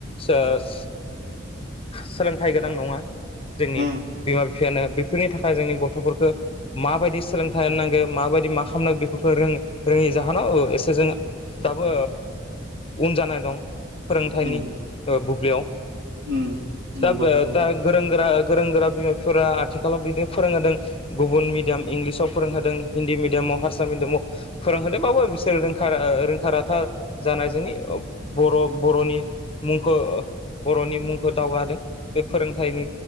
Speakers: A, on the left (about 30°); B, on the right (about 55°).
A: सोस सोलोंथाइ गोनां नङा। जोंनि
B: उम
A: बिमा- बिफायानो बेफोरनि थाखाय जोंनि गथ'फोरखौ माबायदि सोलोंथाय थानांगो माबायदि मा खालामनांगौ बेफोरखौ रों रोङि जाहोनाव औ एसे जों दाबो उन जानाय दं फोरोंथाइनि
B: उम
A: ओ बुब्लियाव
B: उम नंगौ
A: दाबो
B: नोंथां
A: दा गोरों गोरा गोरों गोरा बिमाफोरा आथिखालाव बिदिनो फोरोंहोदों गुबुन मिडियाम इंलिस आव। फोरोंहोदों हिन्दी मिडयामाव हारसा मिडियामाव फोरोंहोदोंबाबो बिसोर रखा रोंखा राथा हानाय जोंनि ओ बर बर मुंखौ बर'नि मुंखौ दावगादों बेफोर फोरोंथनि